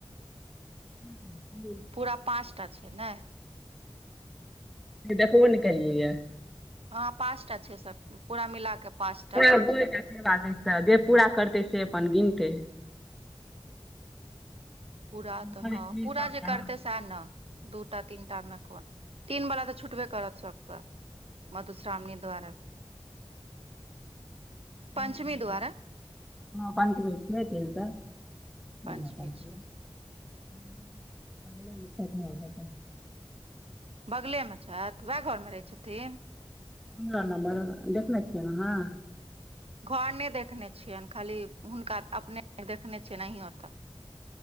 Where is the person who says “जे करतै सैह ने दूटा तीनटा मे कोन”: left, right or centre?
Right